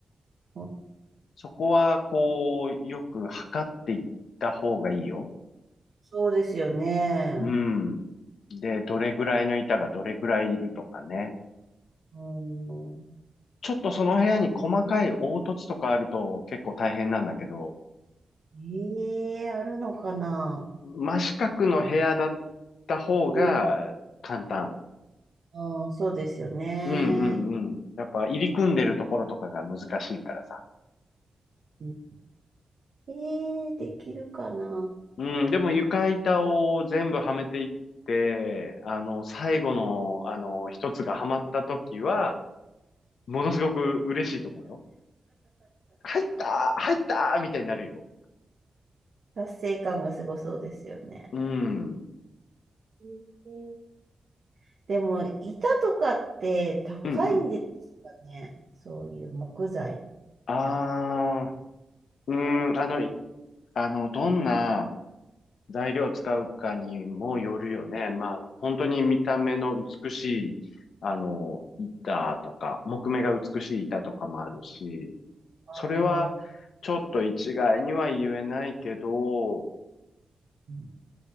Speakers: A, on the right (about 55°); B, on the left (about 85°).
A: うん
B: そこは、こう、よく測っていった方がいいよ。
A: そうですよね。
B: うん。で、どれぐらいの板がどれぐらいいるとかね。
A: うん。
B: ちょっとその部屋に細かい凹凸とかあると結構大変なんだけど、
A: ええあるのかな
B: 真四角の部屋だった方が簡単。
A: うん。うん、そうですよね。
B: うんうんうん。やっぱ入り組んでるところとかが難しいからさ。
A: うんええー、できるかな。
B: うん、でも床板を全部はめていって、あの、最後の、あの、一つがはまった時は、ものすごく嬉しいと思うよ。入ったー入ったーみたいになるよ。
A: 達成感がすごそうですよね。
B: うん。うん
A: うんでも、板とかって高いんですかね。
B: うん。
A: そういう木材。
B: ああ、うん、あの、いあの、どんな、材料を使うかにもよるよね。まあ、本当に見た目の美しい、あの、板とか、木目が美しい板とかもあるし、
A: ああ、
B: それはちょっと一概には言えないけど、
A: うん